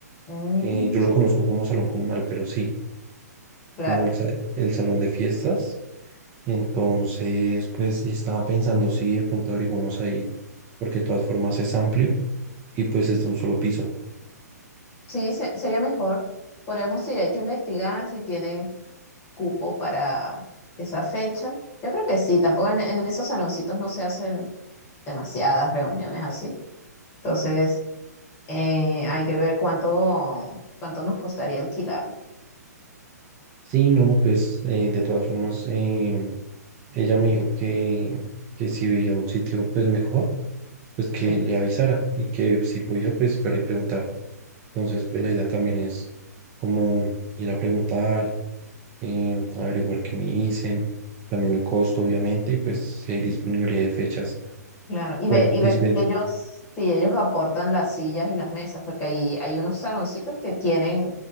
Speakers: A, on the left (about 25°); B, on the right (about 25°).
A: Mm,
B: Eh, yo lo
A: sí,
B: conozco como salón comunal, pero sí,
A: claro.
B: como el, sa- el salón de fiestas entonces, pues estaba pensando si de pronto averiguamos ahí, porque de todas formas es amplio y pues es de un solo piso.
A: Sí, se- sería mejor. Podemos, sí, hay que investigar si tienen cupo para esa fecha. Yo creo que sí, tampoco en, en esos saloncitos no se hacen demasiadas reuniones así. Entonces, eh, hay que ver cuánto, cuánto nos costaría alquilarlo.
B: Sí, no, pues eh, de todas formas eh, ella me dijo que, que si veía un sitio pues mejor, pues que
A: Sí.
B: le avisara y que si podía pues fuera y preguntara. Entonces, pues la idea también es como ir a preguntar, eh, averiguar qué me dicen, también el costo obviamente y pues si hay disponibilidad de fechas.
A: Claro, y
B: Bueno,
A: ver, y
B: Lisbeth,
A: ver que ellos, si ellos aportan las sillas y las mesas, porque ahí hay unos saloncitos que tienen,